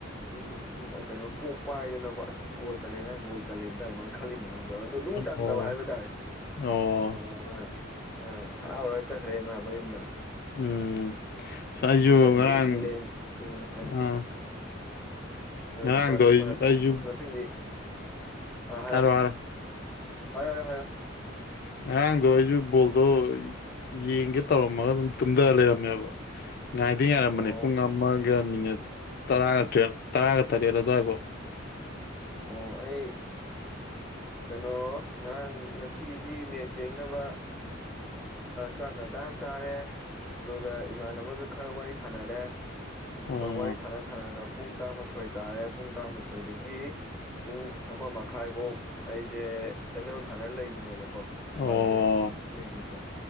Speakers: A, in the centre; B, on the left.
A: ꯎꯝ ꯎꯝ ꯀꯩꯅꯣ ꯀꯣꯛꯄꯥꯏꯗꯅꯀꯣ ꯑꯁ ꯒꯣꯜ ꯆꯜꯂꯦꯅ ꯒꯣꯜ ꯆꯜꯂꯦꯗꯅ ꯑꯗꯨꯃꯥꯏꯅ ꯈꯜꯂꯤꯅꯤ ꯃꯥꯖꯨ ꯑꯗꯨꯣ ꯑꯗꯨꯝ ꯆꯟꯗꯕ
B: ꯑꯣ
A: ꯍꯥꯏꯕꯥꯇꯔꯦ
B: ꯑꯣ
A: ꯑꯥ ꯃꯥ ꯑꯥ ꯍꯔꯥꯎꯔ ꯆꯠꯈ꯭ꯔꯦꯃ ꯃꯌꯨꯝꯗ
B: ꯎꯝ ꯑꯩꯁꯨꯨ
A: ꯃꯊꯪꯗꯤ
B: ꯉꯔꯥꯡ
A: ꯏꯪꯂꯦꯟ ꯏꯪꯂꯦꯟ
B: ꯑꯥ
A: <unintelligible>
B: ꯉꯔꯥꯡꯗꯣ ꯑꯩ ꯑꯩꯁꯨ
A: ꯃꯊꯪꯗꯤ ꯑꯥ ꯍꯥꯏꯌꯣ
B: ꯍꯥꯏꯔꯣ ꯍꯥꯏꯔꯣ
A: ꯍꯥꯏꯌꯣ ꯍꯥꯏꯌꯣ ꯍꯥꯏꯌꯣ
B: ꯉꯔꯥꯡꯗꯣ ꯑꯩꯁꯨ ꯕꯣꯜꯗꯣ ꯌꯦꯡꯒꯦ ꯇꯧꯔꯝꯃꯒ ꯑꯗꯨꯝ ꯇꯨꯝꯊ ꯂꯩꯔꯝꯃꯦꯕ ꯉꯥꯏꯗꯤ ꯌꯥꯔꯝꯕꯅꯦ
A: ꯑꯣ
B: ꯄꯨꯡ ꯑꯃꯒ ꯃꯤꯅꯤꯠ ꯇꯔꯥꯒ ꯇꯔꯦꯠ ꯇꯔꯥꯒ ꯇꯔꯦꯠ ꯑꯗꯨꯋꯥꯏꯐꯥꯎ꯫
A: ꯑꯣ ꯑꯩ ꯀꯩꯅꯣ ꯉꯔꯥꯡ ꯉꯁꯤꯒꯤꯁꯤ ꯃꯦꯠꯆ ꯌꯦꯡꯅꯕ ꯆꯥꯛ ꯉꯟꯇꯅ ꯆꯥꯔꯦ ꯑꯗꯨꯒ ꯏꯃꯥꯟꯅꯕꯒ ꯈꯔ ꯋꯥꯔꯤ ꯁꯥꯟꯅꯔꯦ
B: ꯑꯣ
A: ꯑꯗꯣ ꯋꯥꯔꯤ ꯁꯥꯟꯅ ꯁꯥꯟꯅꯅ ꯄꯨꯡ ꯇꯔꯥꯃꯥꯊꯣꯏ ꯇꯥꯔꯦ ꯄꯨꯡ ꯇꯔꯥꯃꯥꯊꯣꯏꯗꯒꯤ ꯄꯨꯡ ꯑꯃ ꯃꯈꯥꯏꯐꯧ ꯑꯩꯁꯦ ꯑꯦꯝ ꯑꯦꯜ ꯁꯥꯟꯅꯔ ꯂꯩꯕꯅꯦꯕꯀꯣ ꯃꯣꯕꯥꯏꯜ
B: ꯑꯣ
A: ꯂꯦꯖꯤꯟꯁꯇꯣ